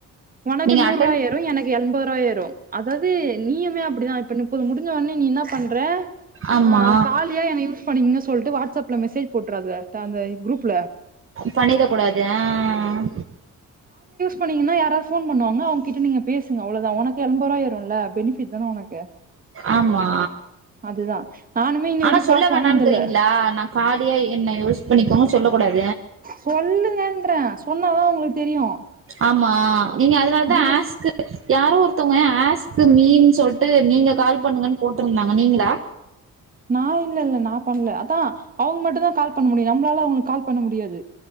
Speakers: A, on the right; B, on the right.
A: உனக்கு
B: நீங்க
A: நூறு
B: அட்டன்
A: ரூவா ஏரு எனக்கு எண்பது ரூவா ஏரு அதாவது நீயமே அப்படிதா இப்ப நுப்பது முடி இங்க வந்து நீ இன்னா பண்ற
B: ஆமா
A: ஆ காலியா என யூஷ் ப நீங்க சொல்ட்டு வாட்ஸ்அப்ல மெசேஜ் போட்றதா தாஅந்த குரூப்ல
B: பண்ணிக்க கூடாது ஆ
A: பண்ணிங்கான யாராவ் போன் பண்ணுவாங்க அவங்கிட்ட நீங்க பேசுங்க அவ்ளதா உக்கு எண்பதுரூவா எரும்ல பெனி த்தான ஒனக்கு
B: ஆமா
A: அதுதா நானுமே இன்ன
B: ஆனா
A: வரைக்கு
B: சொல்ல
A: காசு
B: வேணாம்னுங்கிறீங்களா
A: வாங்குனதில்ல
B: நா காலியா என்ன யூஸ் பண்ணிக்கோங்கன்னு சொல்லக் கூடாது
A: சொல்லுங்கன்றே சொன்னாதா உங்களுக்கு தெரியு
B: ஆமா நீங்க அதனாலதா
A: நீங்க
B: ஆஸ்க்கு யாரோ ஒருத்தங்க ஆஸ்கு மீ சொல்லிட்டு நீங்க கால் பண்ணுங்கன்னு போட்டிருந்தாங்க நீங்களா
A: நா இல்ல இல்ல நா பண்ணல அதா அவங்க மட்டுந்தா கால் பண்ண முடியு நம்மளால அவங்களுக்கு கால் பண்ண முடியாது